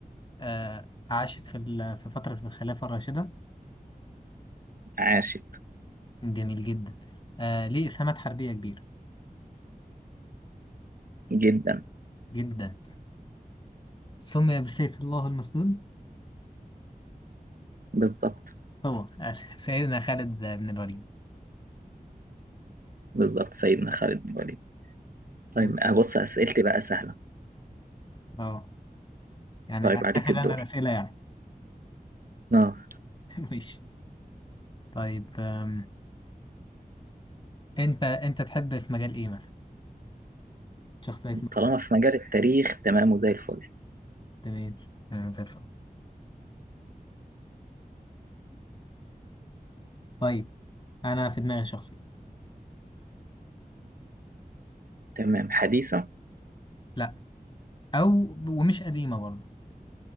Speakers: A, on the left; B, on the right.
A: آه عاشت في ال- في فترة الخلافة الراشدة
B: عاشت
A: جميل جدا آه ليه إسهامات حربية كبيرة
B: جدا
A: جدا سمي بسيف الله المسلول
B: بالظبط
A: هو سيدنا خالد بن الوليد
B: بالظبط سيدنا خالد بن الوليد طيب
A: م.
B: آه، بص أسئلتي بقى سهلة
A: اه يعني
B: طيب عليك
A: فاكر
B: الدور
A: انا الاسئله يعني
B: اه
A: <laughs> ماشي طيب أم، انت انت تحب في مجال ايه مثلا شخصيه مين؟
B: طالما في مجال التاريخ تمام وزي الفل
A: تمام آه، زي الفل طيب انا في دماغي شخصيه
B: تمام حديثة
A: لا او ومش قديمه برضه